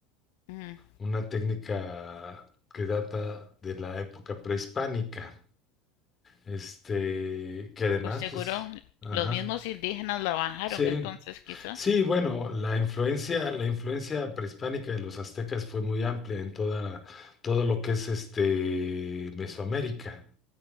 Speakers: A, on the left; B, on the left.
A: Mm,
B: una técnica que data de la época prehispánica. Este, que además,
A: Pues seguro
B: pues, ajá.
A: los mismos indígenas la bajaron
B: Sí,
A: entonces quizás.
B: sí, bueno, la influencia, la influencia prehispánica de los aztecas fue muy amplia en toda, todo lo que es este Mesoamérica.